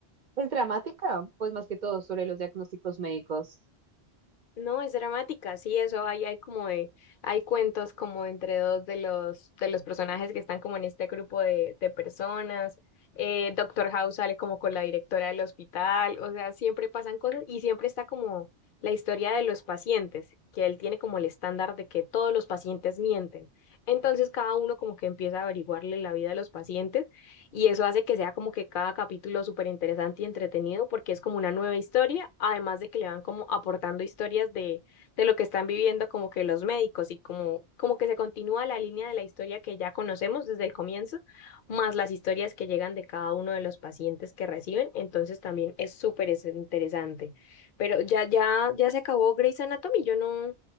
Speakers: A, on the right; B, on the left.
A: pues dramática, pues más que todo sobre los diagnósticos médicos.
B: No, es dramática, sí, eso hay, hay como de, hay cuentos como entre dos de los, de los personajes que están como en este grupo de, de personas. Eh, Doctor House sale como con la directora del hospital, o sea, siempre pasan cosas y siempre está como la historia de los pacientes, que él tiene como el estándar de que todos los pacientes mienten. Entonces cada uno como que empieza a averiguarle la vida a los pacientes y eso hace que sea como que cada capítulo súper interesante y entretenido porque es como una nueva historia, además de que le van como aportando historias de, de lo que están viviendo como que los médicos y como, como que se continúa la línea de la historia que ya conocemos desde el comienzo, más las historias que llegan de cada uno de los pacientes que reciben, entonces también es súper es- interesante. Pero ya, ya, ya se acabó Grey's Anatomy, yo no,